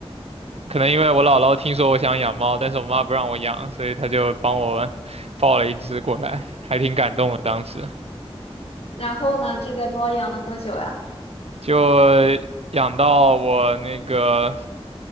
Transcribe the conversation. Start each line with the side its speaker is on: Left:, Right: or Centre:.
Right: 可能因为我姥姥听说我想养猫，但是我妈不让我养，所以她就帮我 <laughs> 抱了一只过来，还挺感动的。当时
Left: 然后呢，这个猫养了多久呀？
Right: 就养到我那个